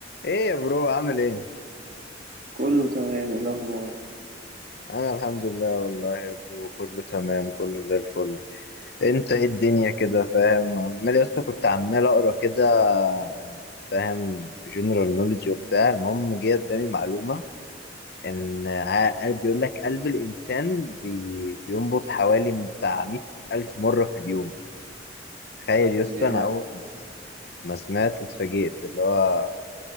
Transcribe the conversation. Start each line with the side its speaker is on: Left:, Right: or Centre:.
Left: ايه يا برو عامل ايه
Right: كله تمام ايه الاخبار
Left: انا الحمد لله والله يا برو كله تمام كله زي الفل انت ايه الدنيا كده فاهم عمال يا اسطى كنت عمال اقرا كده عن فاهم جنرال نوليدج وبتاع المهم جه قدامي معلومه ان ع- قلب بيقول لك قلب الانسان بي بينبض حوالي بتاع 100 الف مره في اليوم تخيل يا اسطى
Right: ده
Left: انا اول ما س- ما سمعت اتفاجئت اللي هو